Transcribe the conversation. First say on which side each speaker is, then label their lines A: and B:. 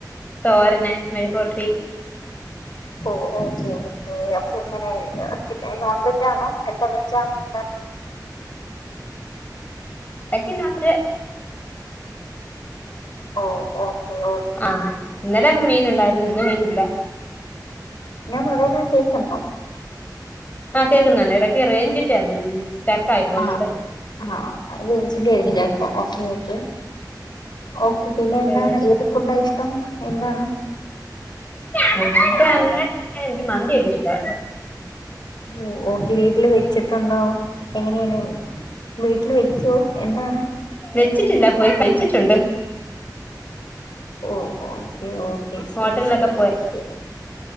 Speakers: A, on the left (about 25°); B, on the left (about 80°).
A: തോരന് മെഴുക്കുപൊര്ട്ടി
B: ഓഹ് ഓക്കേ ഓക്കേ അപ്പൊ ഇങ്ങനെ നോൺ വെജാണോ എന്താ വെജാണോ എന്താ
A: <unintelligible>
B: ഓഹ് ഓക്കെ ഓക്കെ
A: ആഹ് ഇന്നലെ മീൻ ഉണ്ടായിരുന്നു ഇന്ന് മീനില്ല
B: ഞാൻ പറയ്ണെ കേൾക്ക്ണ്ടോ
A: ആഹ് കേക്കുന്നൊണ്ട് എടയ്ക്ക് റേഞ്ചിൻ്റെ ആന്നു തോന്നുന്ന് സ്റ്റക്ക് ആയി പോകുന്നൊണ്ട്
B: ആഹ് ആഹ് അത് റൂംസിന്റെ ആയിരിക്കും ചെലപ്പോ ഓക്കെ ഓക്കെ ഓക്ക് പിന്നെ
A: പക്ഷേ
B: എന്താണ് ഏത് ഫുഡാ ഇഷ്ടം എന്താണ്
A: ഫുഡ് അങ്ങനെ എനിക്ക് മന്തിയൊക്കെ ഇഷ്ടവാ
B: ഓഹ് ഒക്കെ വീട്ടില് വെച്ചിട്ടൊണ്ടോ എങ്ങനെയാണ് വീട്ടിൽ വെക്കോ എന്താണ്
A: വെച്ചിട്ടില്ല പോയി കഴിച്ചിട്ടൊണ്ട്
B: ഓഹ് ഓക്കെ ഓക്കെ ശരി
A: ഹോട്ടലിലൊക്കെ
B: ശരി ഓക്കെ